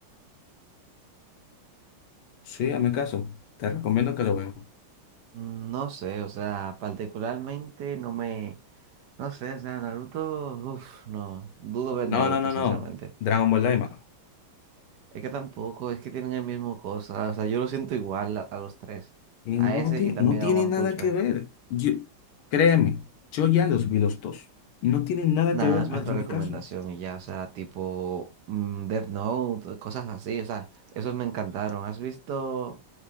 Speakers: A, on the left; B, on the right.
A: Sí, a mi caso. Te recomiendo que lo veas.
B: Mm, No sé, o sea, particularmente no me... No sé, o sea, Naruto, uff, no, dudo ver Naruto,
A: No, no, no,
B: sinceramente.
A: no. Dragon Ball Daima.
B: Es que tampoco, es que tienen el mismo cosa, o sea, yo lo siento igual a, a los tres,
A: Y
B: a
A: no,
B: ese
A: ti-
B: y también
A: no tiene
B: a One
A: nada
B: Punch
A: que
B: Man.
A: ver. Yo, créeme, yo ya los vi los dos. No tienen nada
B: Nada,
A: que ver,
B: hazme
A: hazme
B: otra recomendación
A: caso.
B: y ya, o sea, tipo mm, Death Note, cosas así, o sea, esos me encantaron. ¿Has visto